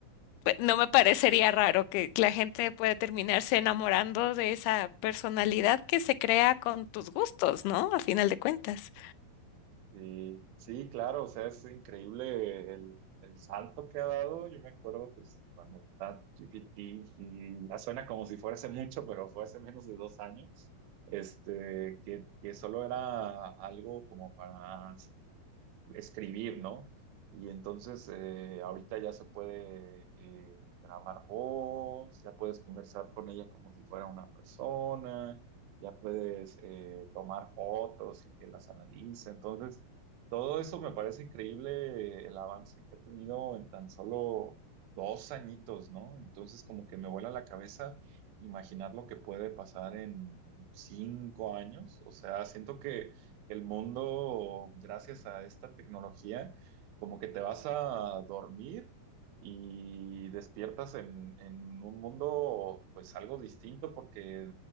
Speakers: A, on the left; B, on the right.
A: Pues, No me parecería raro que que la gente pueda terminarse enamorando de esa personalidad que se crea con tus gustos, ¿no? A final de cuentas.
B: Sí, sí, claro, o sea, es increíble el, el salto que ha dado. Yo me acuerdo, pues, cuando ChatGPT, y ya suena como si fuera hace mucho, pero fue hace menos de dos años, este, que, que solo era algo como para escribir, ¿no? Y entonces eh, ahorita ya se puede eh, grabar voz, ya puedes conversar con ella como si fuera una persona, ya puedes eh, tomar fotos y que las analice. Entonces, todo eso me parece increíble eh, el avance que ha tenido en tan solo dos añitos, ¿no? Entonces, como que me vuela la cabeza imaginar lo que puede pasar en cinco años. O sea, siento que el mundo, gracias a esta tecnología, como que te vas a dormir y despiertas en, en un mundo pues algo distinto porque